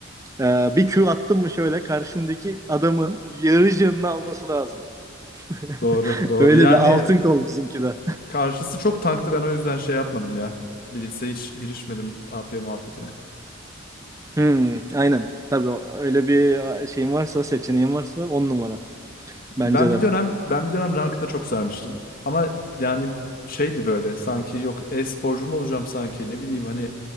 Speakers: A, on the right; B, on the left.
A: Ee, bir Q attım mı şöyle karşındaki adamın yarı canını alması lazım.
B: doğru,
A: <laughs>
B: doğru.
A: Öyle
B: Yani
A: bir altın kol bizimki de.
B: karşısı çok tanktı. Ben o yüzden şey yapmadım ya. Blitz'e hiç girişmedim AP muhabbetine.
A: Hmm, aynen. Tabii o- öyle bir şeyin varsa, seçeneğin varsa on numara. Bence
B: Ben
A: de.
B: bir dönem ben bir dönem rankta çok sarmıştım. Ama yani şeydi böyle sanki yok e-sporcu mu olacağım sanki ne bileyim hani